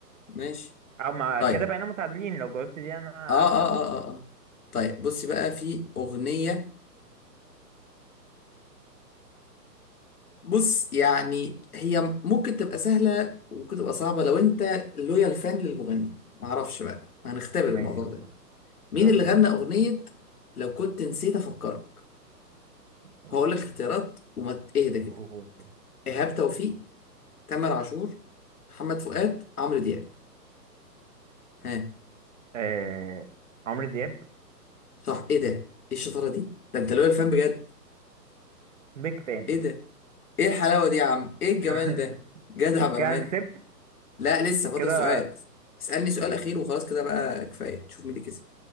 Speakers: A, on the left (about 60°); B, on the right (about 50°).
A: ماشي
B: أو ما
A: طيب
B: كده بقينا متعادلين لو جاوبت دي أنا
A: اه اه
B: أكسب بقى
A: اه اه, آه. طيب بصي بقى في أغنية بص يعني هي ممكن تبقى سهلة وممكن تبقى صعبة لو انت لويال فان للمغني معرفش بقى هنختبر
B: ماشي
A: الموضوع
B: قول
A: ده مين
B: يلا
A: اللي
B: بينا
A: غنى أغنية لو كنت نسيت أفكرك
B: لو
A: هقول
B: كنت
A: لك اختيارات وما ت- اهدى كده
B: قول
A: إيهاب توفيق تامر عاشور محمد فؤاد عمرو دياب ها
B: آه... عمرو دياب
A: صح ايه ده ايه الشطارة دي ده انت لويال فان بجد
B: بيك فان
A: ايه ده ايه الحلاوة دي يا عم ايه الجمال
B: <laughs>
A: ده جدع بأمان
B: كان كسبت
A: لا لسه فاضل
B: كده
A: سؤال اسألني سؤال أخير وخلاص كده بقى كفاية تشوف مين اللي كسب